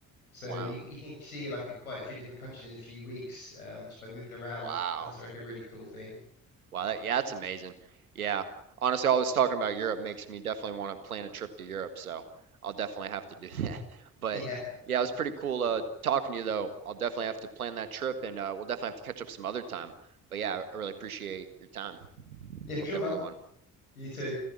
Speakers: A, on the left (about 80°); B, on the right (about 80°).
A: So
B: Wow.
A: you you can see like a, quite a few different countries in a few weeks um, just by moving around,
B: Wow.
A: and that's like a really cool thing. <laughs>
B: Wow, that, yeah, that's amazing. Yeah. Honestly, all this talking about Europe makes me definitely want to plan a trip to Europe, so I'll definitely have to do <laughs> that. But
A: Yeah,
B: yeah, it was pretty cool uh, talking to you, though. I'll definitely have to plan that trip, and uh, we'll definitely have to catch up some other time. But yeah, I really appreciate your time.
A: yeah, for
B: Hope
A: sure,
B: you have
A: man.
B: a good one.
A: You too.